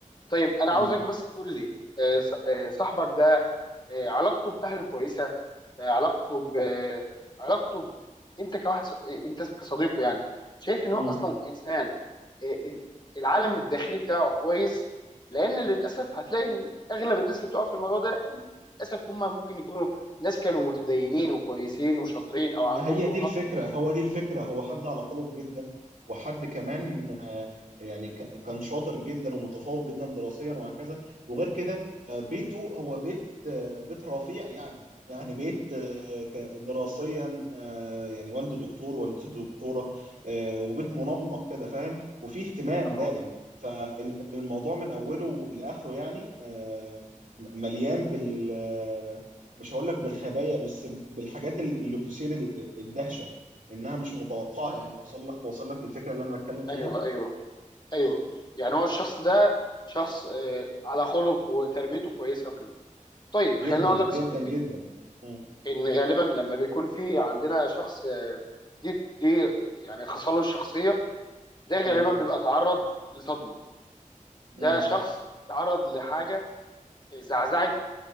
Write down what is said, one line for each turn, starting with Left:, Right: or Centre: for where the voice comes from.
Left: طيب انا
Right: م-
Left: عاوزك بس تقول لي آه، ص- آه، صاحبك ده آه، علاقته باهله كويسه آه، علاقته ب علاقته ب... انت كواحد ص- انت كصديقه يعني شايف ان
Right: م-
Left: هو اصلا انسان آه، آه، العالم الداخلي بتاعه كويس لان للاسف هتلاقي ان اغلب الناس اللي بتقع في الموضوع ده للاسف هم ممكن يكونوا ناس كانوا متدينين وكويسين وشاطرين او
Right: ما
Left: عندهم
Right: هي
Left: طموحات
Right: دي الفكرة
Left: كبيره
Right: هو دي الفكرة هو حد على خلق جدا وحد كمان آه، يعني ك- كان شاطر جدا ومتفوق جدا دراسيا وهكذا وغير كده آه، بيته هو بيت آه، بيت رفيع يعني يعني بيت آه، ك- دراسيا آه، يعني والده دكتور والدته دكتورة آه، وبيت منمق كده فاهم وفيه اهتمام
Left: اه
Right: دائم فالموضوع من أوله لآخره يعني آه، م- مليان بال آه، مش هقول لك بالخبايا بس بالحاجات ال- اللي تثير ال- الدهشه انها مش متوقعه يعني وصل لك وصل لك الفكره اللي انا بتكلم فيها
Left: ايوه ايوه ايوه يعني هو الشخص ده شخص آه، على خلق وتربيته كويسه وكده طيب
Right: جدا
Left: خليني اقول
Right: جدا
Left: لك يا صديقي
Right: جدا م-
Left: ان غالبا لما بيكون في عندنا شخص آه، دي دي يعني خصاله الشخصيه ده غالبا
Right: م-
Left: بيبقى تعرض لصدمه ده
Right: م-
Left: شخص تعرض لحاجه زعزعت